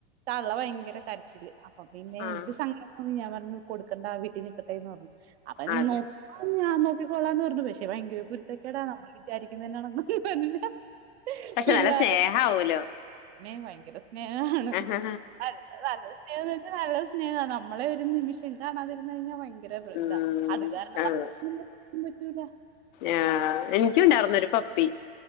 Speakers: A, on the right; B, on the left.
A: താളള ഭയങ്കര കരച്ചില്ല് അപ്പൊ പിന്നെ
B: ആഹ്
A: എനിക്ക് സങ്കടം തോന്നി ഞാൻ പറഞ്ഞു കൊടുക്കേണ്ട ആഹ് വീട്ടിൽ നിക്കട്ടെന്ന് പറഞ്ഞു അപ്പൊ
B: അതെ
A: നോ ആഹ് ഞാൻ നോക്കി കൊള്ളാന്ന് പറഞ്ഞു പക്ഷെ ഭയങ്കര കുരുത്തക്കേടാ നമ്മൾ വിചാരിക്കുന്ന കണ്ടക്കോന്നും അല്ല
B: പക്ഷെ
A: പിള്ളേര
B: നല്ല സ്നേഹാവൂലോ
A: പിന്നെ ഭയങ്കര സ്നേഹാണ്
B: ആഹ്
A: നല്ല നല്ല സ്നേഹന്ന് വച്ചാ നല്ല സ്നേഹമാണ് നമ്മളെ ഒരു നിമിഷം കാണാതെ ഇരുന്ന കഴിഞ്ഞൽ പ
B: ഉം
A: ഇതാ അത് കാരണം
B: അതെ
A: നമ്മുക്കും പറ്റൂല
B: ആഹ് എനിക്കുണ്ടായിന്നരു പപ്പി